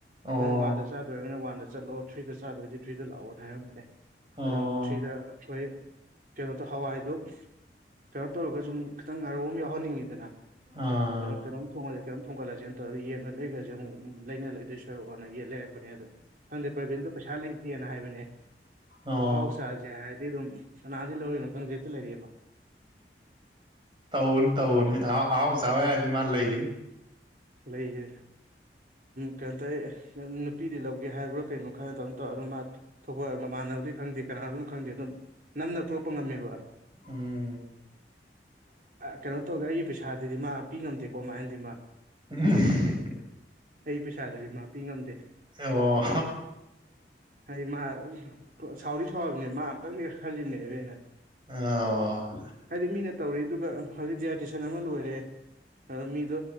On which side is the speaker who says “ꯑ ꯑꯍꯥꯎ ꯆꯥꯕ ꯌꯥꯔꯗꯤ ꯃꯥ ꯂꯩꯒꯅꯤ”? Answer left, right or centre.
Right